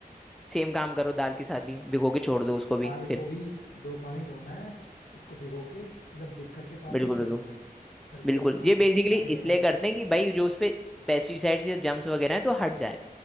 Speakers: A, in the centre; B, on the left.
A: सेम काम करो दाल के साथ भी भिगो के छोड़ दो उसको
B: दाल
A: भी फिर
B: को भी दो पानी धोना है उसको भिगो के मतलब डिप करके पानी
A: बिल्कुल
B: में छोड़
A: बिल्कुल
B: देना है कर दिया
A: बिल्कुल
B: इतना
A: ये बेसिकली
B: आगे बता
A: इसलिए
B: दो
A: करते हैं कि भाई जो उस पे पेस्टिसाइड्स या जम्स वगैरह हैं तो हट जाए